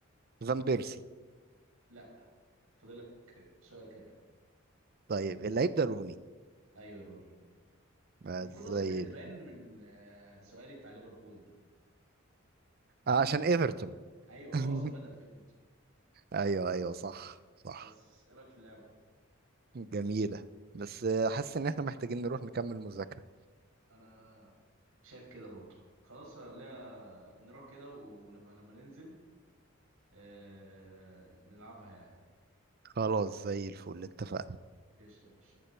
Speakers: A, on the right; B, on the right.
A: فان بيرسي
B: لا فاضلك سؤال كمان
A: طيب اللعيب ده روني
B: ايوه روني
A: آه،
B: المفروض اصلا
A: زي
B: كانت تبان
A: ال-
B: من آه، سؤالي بتاع ليفربول ده
A: آه عشان ايفرتون
B: ايوه
A: <laughs>
B: هو اصلا بدأ في ايفرتون
A: ايوه ايوه صح صح
B: بس ايه رايك في اللعبة
A: جميلة بس آه، حاسس ان احنا محتاجين نروح نكمل مذاكرة
B: انا شايف كده برضه خلاص لا نروح كده ونبقى لما ننزل آه، نلعبها يعني
A: خلاص زي الفل اتفقنا
B: قشطة ماشي.